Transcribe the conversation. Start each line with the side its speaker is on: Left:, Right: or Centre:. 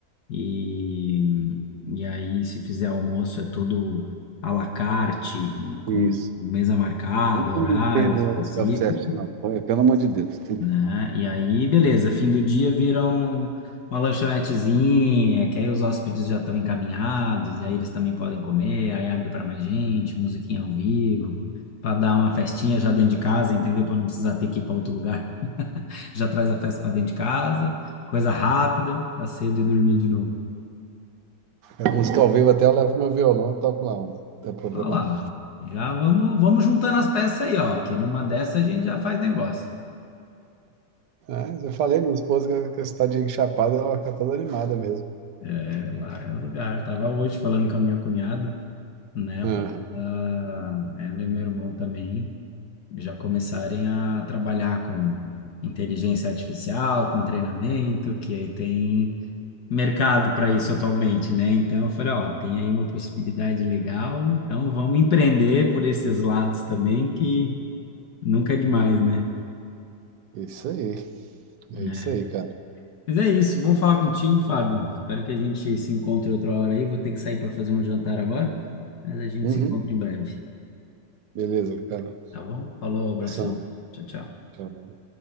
Left: e, e aí se fizer almoço é tudo à la carte, e com
Right: isso.
Left: mesa marcada,
Right: Não vem com
Left: horário
Right: besteira,
Left: específico
Right: né, o self-service, não. Pô, é, Pelo amor de Deus. Tem-
Left: né? E aí, beleza, fim do dia viram uma lanchonetezinha, que aí os hóspedes já estão encaminhados, e aí eles também podem comer, aí abre para mais gente, musiquinha ao vivo, para dar uma festinha já dentro de casa, entendeu? Para não precisar ter que ir para outro lugar. <laughs> Já traz a festa para dentro de casa, coisa rápida, tá cedo e dormir de novo.
Right: a música ao vivo até eu levo meu violão toco lá. um. Não tem problema
Left: Olha lá,
Right: não.
Left: já vamos, vamos juntando as peças aí, ó, que numa dessa a gente já faz negócio.
Right: Ah, já falei, minha esposa, que que essa tadinha de chapada, ela fica toda animada mesmo.
Left: É, lá é o lugar. Tava hoje falando com a minha cunhada. né,
Right: Aham,
Left: para ela, ela e meu irmão também já começarem a trabalhar com inteligência artificial, com treinamento, que aí tem mercado para isso atualmente, né? Então eu falei, ó, tem aí uma possibilidade legal, então vamos empreender por esses lados também, que nunca é demais, né?
Right: Isso aí.
Left: É.
Right: É isso aí, cara.
Left: Mas é isso, bom falar contigo, Fábio. Espero que a gente se encontre outra hora aí. Vou ter que sair para fazer um jantar agora, mas a gente
Right: Uhum.
Left: se encontra em breve,
Right: Beleza, cara.
Left: tá bom? Falou, abração.
Right: Abração.
Left: Tchau, tchau.
Right: Tchau.